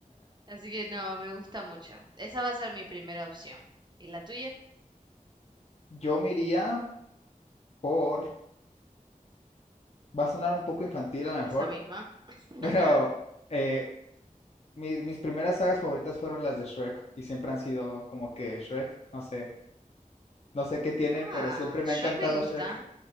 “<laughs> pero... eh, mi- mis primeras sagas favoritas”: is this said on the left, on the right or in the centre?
Left